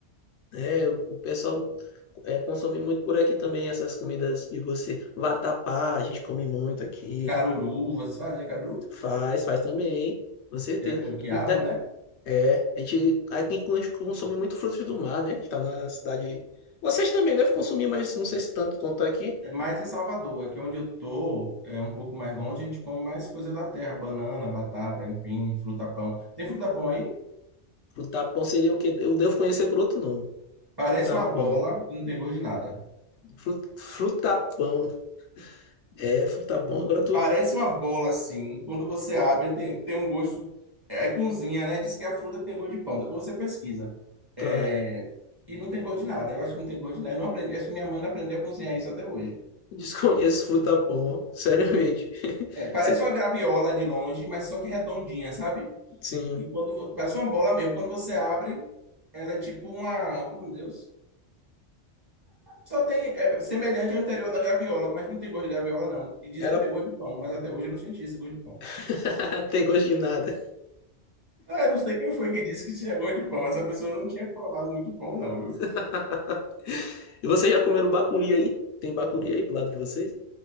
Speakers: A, on the left; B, on the right.
A: É, o pessoal é, consome muito por aqui também essas comidas que você vatapá, a gente come muito aqui.
B: Caruru, vocês fazem caruru?
A: Faz, faz também, com certeza.
B: Que é com quiabo,
A: Muita-
B: né?
A: É, a gente aqui a gente consome muito frutos do mar, né? A gente tá na cidade. Vocês também devem consumir, mas não sei se tanto quanto aqui.
B: É mais em Salvador, aqui onde eu tô, é um pouco mais longe, a gente come mais coisa da terra, banana, batata, empim, fruta-pão. Tem fruta-pão aí?
A: Frutapão seria o que eu devo conhecer por outro nome.
B: Parece
A: Frutapão.
B: uma bola e não tem gosto de nada.
A: Fru- Frutapão. É, frutapão. Agora tu
B: Parece uma bola assim, quando você abre tem, tem um gosto, é, aí cozinha, né? Diz que é a fruta que tem gosto de pão, depois você pesquisa. É,
A: tá.
B: e não tem gosto de nada, eu acho que não tem gosto de nada. Eu não aprendi, acho que minha mãe não aprendeu a cozinhar isso até hoje.
A: Desconheço frutapão, ó. Seriamente. <laughs>
B: É, parece
A: Se-
B: uma graviola de longe, mas só que redondinha, sabe?
A: Sim.
B: E quando vo- parece uma bola mesmo, quando você abre, ela é tipo uma, como Deus. Só tem é semelhante ao interior da graviola, mas não tem gosto de graviola não. E dizem
A: Era.
B: que tem gosto de pão, mas até hoje eu não senti esse gosto de pão.
A: <laughs> Tem gosto de nada.
B: Ah, eu não sei quem foi que disse que tinha gosto de pão. Essa pessoa não tinha provado muito pão não, viu?
A: <laughs> E vocês já comeram bacuri aí? Tem bacuri aí pro lado de vocês?